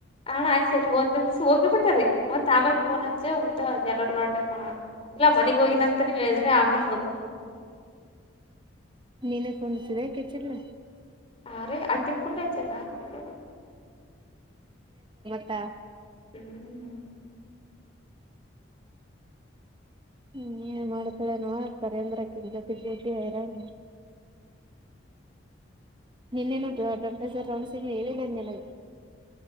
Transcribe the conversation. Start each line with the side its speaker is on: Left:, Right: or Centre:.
Left: ಹಾ ಆ್ತ ಸರಿ ಹಓದ್ನ ದಿವಸ ಹೋಗಿ ಬಿಟ್ಟ ರ ಮತ್ತತ ಆಗಲ್ ಫೋನ್ಚ್ಚೆ ಉಂಟಾ ಜನರ ಲೋಡಣ ಇಲ್ಲ ಮನೆಗ್ ಹೋಗಿನಂತನ ಹೇಳಿದಾರೆ ಆಮೇಲೆ
Right: ನೀನೆ ಕೊಂದು ಸಿಿವಾಯ ಕೆಚ್ಚಿಲ್ಲ
Left: ಆರೆ ಅಕ್ಕಿನ್ ಪುಲ್ಲೆಚ್ಚಲ್ಲ ನನ್ ಪುಲ್ಲ
Right: ತ್ತ
Left: ಹ್ಮ್
Right: ಹ್ಮ್ ಏನ್ ಮಾಡತರನು ಕರೇಂದ್ರಕ್ಕಿನ್ ಜೊತೆಗ್ೇಟ ಹರ ನೀ ನಿನ್ನೇನು ಟೆಂಪ್ರೇಚರ್ ರಡೌನ್ಸ್ಗ ಹೇಳಿದೆೇನೆ ನಿನಗೆ